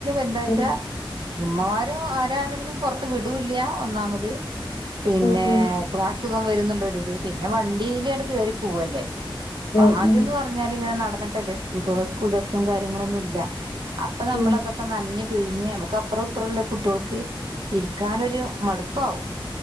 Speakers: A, on the right (about 60°); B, on the left (about 60°).
A: എന്താന്നു വച്ചാൽ
B: ഉം
A: - ഉമ്മമാരും ആരാണെങ്കിലും പുറത്ത് വിടൂല്ല ഒന്നാമത് പിന്നെ-
B: ഉം ഉം
A: അസുഖം വരരുന്നുള്ളൊരിത് പിന്നെ വണ്ടിൽ ഉണ്ട് കയറി പോവല്ലേ
B: ഉം
A: ആദ്യംന്ന്
B: ഉം
A: പറഞ്ഞാൽ ഇങ്ങനെ നട- എന്നിട്ടല്ലേ സ്കൂൾബസ് - ബസും കാര്യങ്ങളൊന്നും ഇല്ല അപ്പൊ നമ്മൾ
B: ഉം
A: അതൊക്കെ നനഞ് - പിഴിഞ്ഞ് നമുക്ക് അപ്പറം ഇപ്പുറം ഉള്ള കുട്ടികൾക്ക് ഇരിക്കാനൊരു മടുപ്പാവും